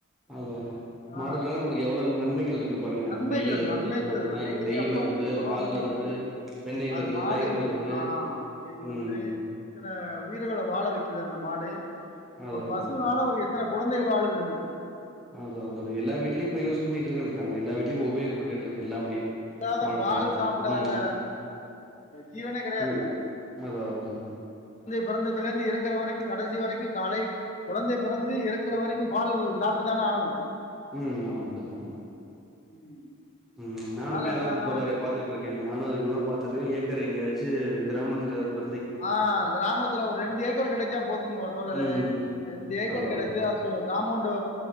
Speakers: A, in the centre; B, on the left.
A: அதா அதா
B: ஆ
A: மாடுனால நம்மளுக்கு எவ்ளோ நன்மைகள் இருக்கு பாருங்க
B: நன்மைகள்
A: நெய் அதுல
B: நன்மைகள்
A: இருந்து வருது
B: அடே
A: அ நெய்
B: அப்பா
A: வருது
B: எவ்ளோ
A: பால்
B: நன்மைகள்
A: வருது வெண்ணெய்
B: அது
A: வருது
B: மாடு
A: தயிர் வருது
B: ஆ வருது
A: ம்
B: எத்தன உயிர்கள வாழ வைக்கிது அந்த மாடு
A: அதா
B: ஒரு பசுனால
A: அதா
B: ஒரு எத் எத்தன கொழந்தைகள் வாழுது இன்னைக்
A: அதா அதுல்ல எல்லா வீட்லையு இப்ப யூஸ் பண்ணிட்ருக்கன் இருக்காங்ளே எல்லா வீட்லயு உபேய்கப்பட்டுட் ட்ருக்கு எல்லாமே
B: இல்லாத
A: மாடுனால
B: பால் சாப்பிடாத
A: ம்
B: ஜீவனே கெடையாது
A: ம் அதா அதா தோழரே
B: பொறந்தத்லிருந்து இறக்கற வரைக்கு கடைசி வரைக்கு காலை கொழந்தை பிறந்து இறக்குற வரைக்கு பால் சாப்ட்டுதான ஆணு
A: ம் ஆமா சொல்லுங்க ஆமா
B: ம்
A: ம்
B: அதனால
A: நானுமே அதா
B: என்னன்னா
A: தோழரே
B: வந்து
A: பாத்துட்ருக்கே நானு அதுக்குதா பாத்துட்ருக்கே ஏக் கர் எங்கேயாச்சு கிராமத்துல பொற
B: ஆ கிராமத்துல ஒரு ரெண்டு ஏக்கர் கெடச்சா போதும்மா தோழரே
A: ம்
B: ரெண்டு ஏக்கர்
A: அதா
B: கெடச்சா
A: அதா
B: சோ காம்போண்டு